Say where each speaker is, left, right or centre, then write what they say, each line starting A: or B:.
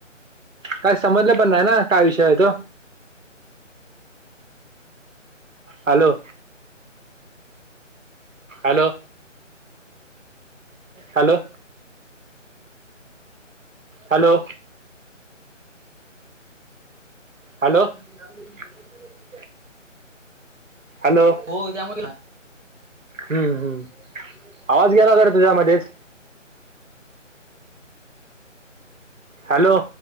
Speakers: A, on the right; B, on the right.
A: काय समजलं पण नाय ना काय विषयाय तो. Hello hello hello hello hello <inaudible> hello
B: हो त्यामुळे ना
A: हम्म हम्म आवाज गेला कारं तुझा मध्येच. हॅलो